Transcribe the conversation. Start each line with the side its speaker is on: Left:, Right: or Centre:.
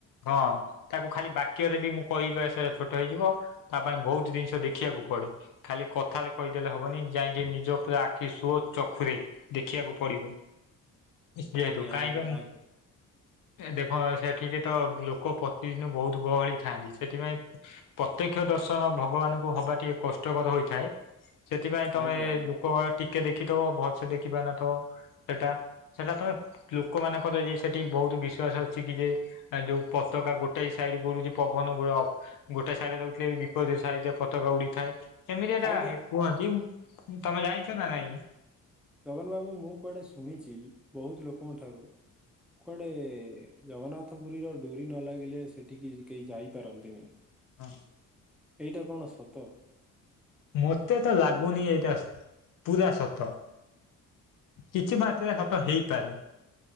Left: ହଁ ତାକୁ ଖାଲି ବାକ୍ୟରେ ବି ମୁଁ କହିବି ସେଟା ଛୋଟ ହେଇଯିବ। ତା ପାଇଁ ବହୁତ ଜିନିଷ ଦେଖିବାକୁ ପଡେ। ଖାଲି କଥାରେ କହିଦେଲେ ହବନି ଯାଇଁ ଯିଏ ନିଜ ପୁରା ଆଖି ସ୍ଵ ଚକ୍ଷୁରେ ଦେଖିବାକୁ ପଡିବ ଯେହେତୁ
Centre: ଆଜ୍ଞା
Left: କାହିଁକି
Centre: ଆଜ୍ଞା
Left: ମୁଁ
Centre: ଆଜ୍ଞା
Left: ଦେଭ ସେଠିକି ତ ଲୋକ ପ୍ରତିଦିନ ବହୁତ ଗହଳି ଥାନ୍ତି। ସେଥିପାଇଁ ପ୍ରତ୍ୟକ୍ଷ ଦଶ <unintelligible> ଭଗବାନଙ୍କୁ ହବା ଟିକେ କଷ୍ଟକର ହୋଇଥାଏ ସେଥିପାଇଁ ତମେ
Centre: ଆଜ୍ଞା ଆଜ୍ଞା
Left: ଲୋକ ଟି କେ ଦେଖିଥିବ ଭଲସ ଦେଖି ପାର ନଥବ ସେଟା ସେଟା ତମେ ବ୍ଲୁ ଲୋକ ମାନେ କରେ ଯେ ସେଠି ବହୁତ ବିଶ୍ଵାସ ଅଛି କି ଯେ ଆ ଯୋଉ ପତାକା ଗୋଟେ ସାଇଡ ଗୁରୁଛି। ପବନ ଗୋଟେ ଗୋଟେ ସାଇଡରେ ରହୁଥିଲେ। ବି ପରି ସାଇଟିରେ ପତକା ଉଡିଥାଏ। ଏମିତି ଏଟା
Centre: ଆଜ୍ଞା
Left: କୁହନ୍ତି ତମେ ଜାଣିଛ ନା ନାଇଁ।
Centre: ଜଗନ୍ ବାବୁ ମୁଁ କୁଆଡେ ଶୁଣିଛି ବହୁତ ଲୋକଙ୍କ ଠାରୁ କୁଆଡ଼େ ଜଗନ୍ନାଥ ପୁରୀର ଡୋରି ନ ଲାଗିଲେ ସେଠିକି କେହି ଯାଇପାରନ୍ତିନି।
Left: ହଁ।
Centre: ଏଇଟା କଣ ସତ।
Left: ମତେ ତ ଲାଗୁନି ଏଇଟା ପୁରା ସତ। କିଛି ମାତ୍ରାରେ ହାତ ହେଇପାରେ।